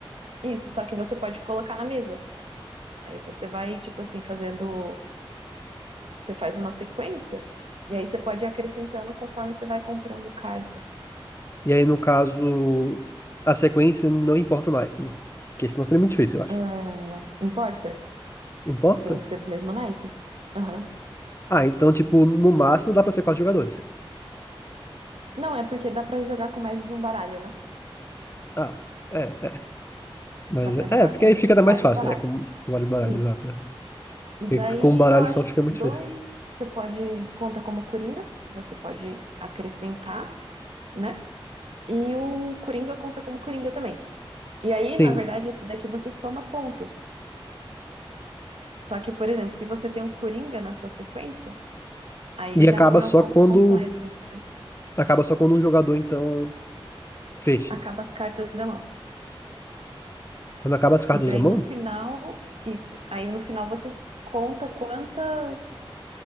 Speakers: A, on the right; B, on the left.
A: Isso, só que você pode colocar na mesa. Aí você vai, tipo assim, fazendo. Você faz uma sequência. E aí você pode ir acrescentando conforme você vai comprando carta.
B: E aí, no caso, a sequência não importa o naipe, não. Porque senão seria muito difícil, eu acho.
A: Ah, importa?
B: Importa?
A: Tem que ser do mesmo naipe. Aham.
B: Ah, então, tipo, no máximo dá pra ser quatro jogadores.
A: Não, é porque dá pra jogar com mais de um baralho, né?
B: Ah, é, é. Mas
A: Dá pra
B: é,
A: jogar
B: é, porque
A: com,
B: aí fica
A: com
B: até mais
A: vários
B: fácil,
A: baralhos.
B: né? Com vários baralhos,
A: Isso.
B: exato. né?
A: E
B: Porque
A: daí
B: com um baralho
A: eu acho
B: só fica
A: que
B: muito
A: o 2
B: difícil.
A: você pode. Conta como coringa, que você pode acrescentar. né? E o Coringa conta como Coringa também. E aí,
B: Sim.
A: na verdade, esse daqui você soma pontos. Só que, por exemplo, se você tem um Coringa na sua sequência, aí
B: E
A: já
B: acaba
A: não
B: só
A: é o ponto
B: quando.
A: completo, entendeu?
B: Acaba só quando um jogador, então, fecha.
A: Acaba as cartas da mão.
B: Quando acaba as cartas
A: E daí
B: na mão?
A: no final, isso. Aí no final você conta quantas